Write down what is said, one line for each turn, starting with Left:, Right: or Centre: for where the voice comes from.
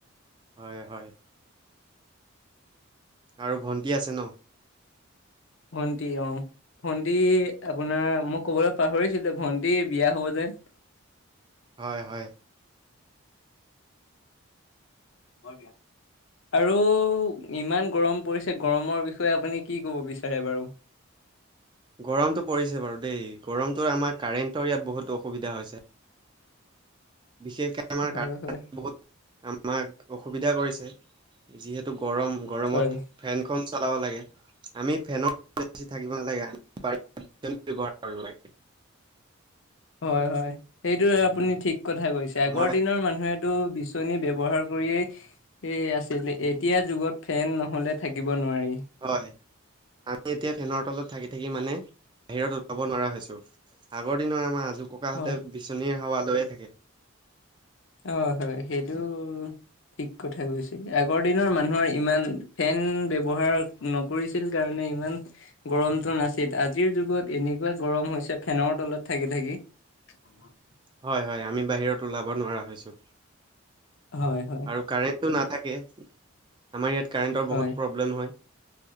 Right: হয় হয় আৰু ভণ্টি আছে ন
Left: ভণ্টী অ ভণ্টি আপোনাৰ মই ক'বলে পাহৰিছিলো ভণ্টি বিয়া হ'ব যে
Right: হয় হয়
Left: বৰ বিয়া আৰু ইমান গৰম পৰিছে গৰমৰ বিষয়ে আপুনি কি ক'ব বিচাৰে বাৰু
Right: গৰমটো পৰিছে বাৰু দেই গৰমটো আমাৰ কাৰেণ্টৰ ইয়াত বহুত অসুবিধা হৈছে বিশেষকে আমাৰ
Left: হয়
Right: কাৰে-ন
Left: হয়।
Right: বহুত আমাক অসুবিধা কৰিছে যিহেতু গৰম গৰমত
Left: হয়
Right: ফেনখন চলাব লাগে আমি ফেন বেচি থাকিব নালাগে <unintelligible> ব্যৱহাৰ কৰিব লাগে
Left: হয় হয় সেইটো আপুনি ঠিক কথা কৈছে আগৰ
Right: মই
Left: দিনৰ মানুহে টো বিচনী ব্যৱহাৰ কৰিয়েই এই আছিলে এতিয়া যুগত ফেন নহলে থাকিব নোৱাৰি
Right: হয় আমি এতিয়া ফেনৰ তলত থাকি থাকি মানে বাহিৰত ওলাব নোৱাৰা হৈছো আগৰ দিনৰ আমাৰ আজোককাহঁতে
Left: হয়।
Right: বিচনীৰ হাৱ লৈয়ে থাকে।
Left: হয় হয় সেইটো ঠিক কথা কৈছে আগৰ দিনৰ মানুহৰ ইমান ফেন ব্যৱহাৰ নকৰিছিল কাৰণে ইমান গৰমটো নাছিল, আজিৰ যুগত এনেকুৱা গৰম হৈছে, ফেনৰ তলত থাকি থাকি। <inaudible>
Right: হয় হয়, আমি বাহিৰত ওলাব নোৱাৰা হৈছোঁ,
Left: হয় হয়
Right: আৰু কাৰেণ্ট টো নাথাকে, আমাৰ ইয়াত কাৰেণ্টৰ
Left: হয়
Right: বহুত প্ৰব্লেম হয়।